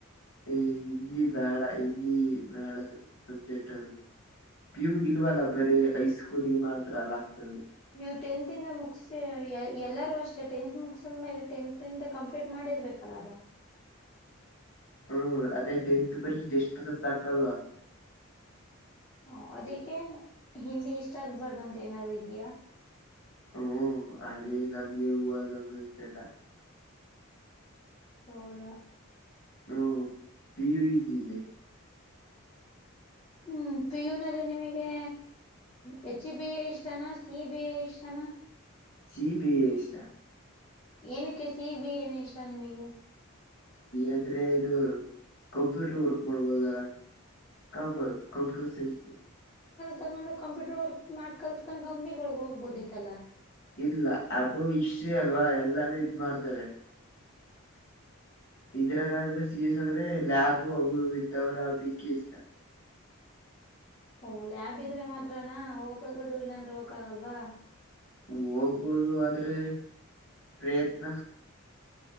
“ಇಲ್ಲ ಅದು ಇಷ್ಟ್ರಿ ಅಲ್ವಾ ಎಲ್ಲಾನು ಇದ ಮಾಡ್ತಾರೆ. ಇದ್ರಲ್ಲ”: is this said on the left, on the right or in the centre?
Left